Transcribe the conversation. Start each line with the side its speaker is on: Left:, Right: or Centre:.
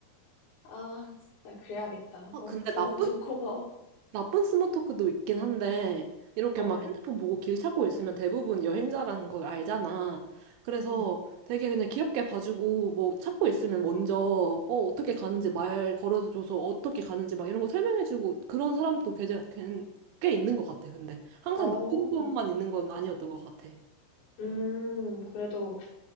Left: 아, 진짜 그래야겠다.
Right: 아,
Left: 어,
Right: 근데
Left: 조언
Right: 나쁜
Left: 좀 고마워.
Right: 나쁜 스몰 토크도 있긴 한데, 이렇게
Left: 어,
Right: 막
Left: 어,
Right: 핸드폰 보고 길 찾고 있으면 대부분 여행자라는 걸 알잖아. 그래서
Left: 어,
Right: 되게 그냥 귀엽게 봐주고, 뭐 찾고 있으면 먼저, 어, 어떻게 가는지
Left: 음.
Right: 말 걸어줘서 어떻게 가는지 막 이런 거 설명해주고, 그런 사람도 꽤, 꽤 있는 것 같아, 근데. 항상
Left: 어,
Right: 나쁜 것만 있는 건 아니었던 것 같아.
Left: 음, 그래도